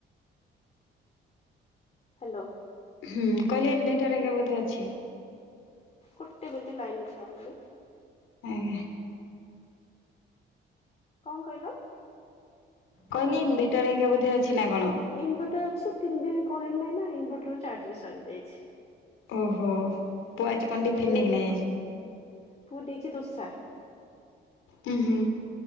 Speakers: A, on the left; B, on the left.
A: ହାଲୋ
B: ହୁଁ କହିଲେ ଇନଭେଟର ହେରିକା ବୋଧେ ଅଛି।
A: ଗୋଟେ ମିନିଟ୍ ଲାଇନରେ ଥାଅ ବୋଲି।
B: ଆଜ୍ଞା
A: କଣ କହିଲ?
B: କହିଲି ଇନଭେଟର ହେଇକା ବୋଧେ ଅଛି ନା କଣ?
A: ଇନଭଟର ଅଛି ତିନି ଦିନ କରେଣ୍ଟ ନାହିଁ ନା ଇନଭଟରରୁ ଚାର୍ଜ ବି ସରିଯାଇଛି।
B: ଓହୋ ପୁଅ ଆଜି କଣ ଟିଫିନ୍
A: ତିନି ଦିନ
B: ନେକକିନା
A: ଯାକ
B: ଯାଇଛି?
A: ପୁଅ ନେଇଛି ଦୋସା
B: ହୁଁ ହୁଁ